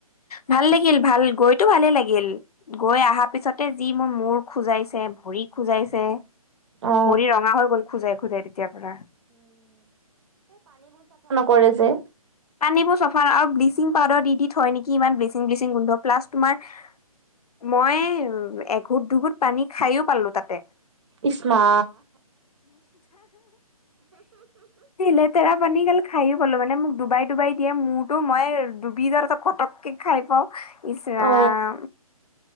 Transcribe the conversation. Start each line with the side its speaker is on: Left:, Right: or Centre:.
Left: ভাল লাগিল ভাল, গৈতো ভালে লাগিল, গৈ অহা পিছতে যি মোৰ মূৰ খোজাইছে। ভৰি খোজাইছে।
Right: অ
Left: ভৰি ৰঙা হৈ গল খোজাই-খোজাই তেতিয়াৰ পৰা।
Right: কৰে যে।
Left: পানীবোৰ চফা আৰু ব্লিচিং পাউদাৰ দি দি থয় নেকি, ইমান ব্লিচিং-ব্লিচিং গোন্ধ, প্লাছ তোমাৰ মই এঘোট-দুঘোট পানী খাইও পালো তাতে।
Right: ইছমা
Left: লেতেৰা পানী কালি খাই গলো মানে মোক ডুবাই-ডুবাই দিয়ে মূৰটো, মই ডুবি যওঁ কটককে খাই পাওঁ। ইছ ৰাম।
Right: অ